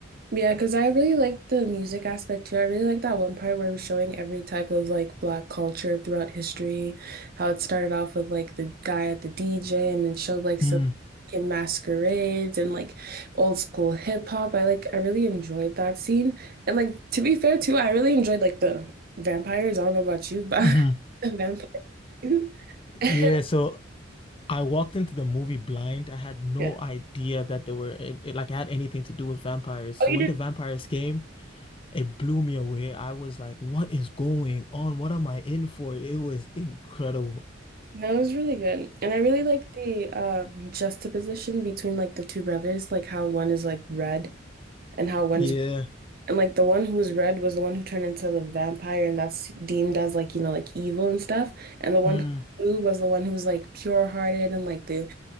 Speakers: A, on the right (about 50°); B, on the left (about 25°).
A: Yeah, because I really like the music aspect too. I really like that one part where it was showing every type of like black culture throughout history, how it started off with like the guy at the DJ and then showed like some
B: Mm,
A: in masquerades and like old school hip hop. I like I really enjoyed that scene. And like to be fair too, I really enjoyed like the vampires. I don't know about you, but
B: hmm
A: <laughs> the vampires.
B: Yeah,
A: <laughs>
B: so I walked into the movie blind. I had no
A: Yeah.
B: idea that there were it, it- like I had anything to do with vampires. So
A: Oh, you
B: when
A: didn't?
B: the vampires came. It blew me away. I was like, what is going on? What am I in for? It was incredible.
A: No, it was really good. And I really like the um juxtaposition between like the two brothers, like how one is like red and how one's
B: Yeah.
A: and like the one who was red was the one who turned into the vampire and that's deemed as like, you know, like evil and stuff. And the one
B: Mm.
A: who was the one who was like pure hearted and like the